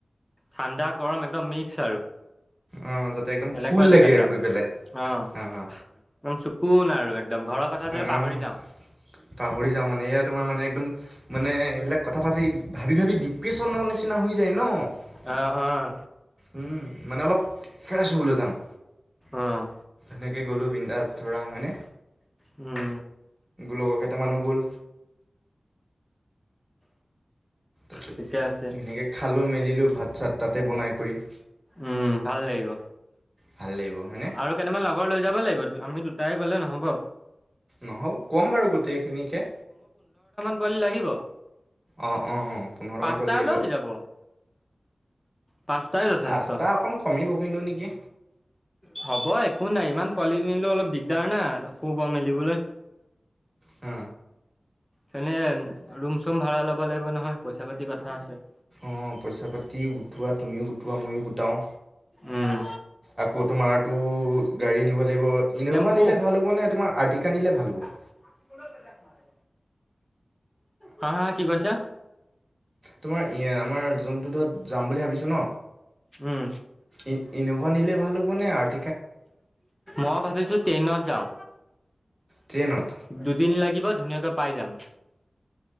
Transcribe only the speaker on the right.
অহ যাতে একদম
কুল
লাগে আৰু
গৈ পেলাই
আহ।
অ',
পাহৰি যাওঁ মানে এয়া তোমাৰ মানে একদম মানে এইবিলাক কথা ভাবি ভাবি ভাবি ডিপ্ৰেশচনৰ নিচিনা হৈ যায় ন।
উম, মানে অলপ ফ্ৰেছ হ'বলৈ যাম।
সেনেকে গ'লো বিন্দাচ ধৰা হয়নে?
লগৰ কেইটামানো গ'ল ধুনীয়কৈ
খালোঁ মেলিলো ভাত চাত তাতে বনাই কৰি
ভাল লাগিব হয়নে?
নহ'ব, ক'ম বাৰু গোটেইখিনিকে।
অঁ অঁ অঁ পোন্ধৰটামান
ফইল লাগিব।
পাঁচটা অকণ কমিব কিন্তু নেকি।
অ
অঁ পইচা পাতিও গোটোৱা। তুমিও গোটোৱা, ময়ো গোটাওঁ।
আকৌ তোমাৰতো গাড়ী নিব লাগিব ইন'ভা
নিলে ভাল হ'ব নে তোমাৰ আৰ্টিকা নিলে ভাল হ'ব?
তোমাৰ ই আমাৰ জোনটোৰোডত যাম বুলি ভাবিছো ন
ই ইন'ভা নিলে ভাল হ'ব নে আৰ্টি
ট্ৰেইনত?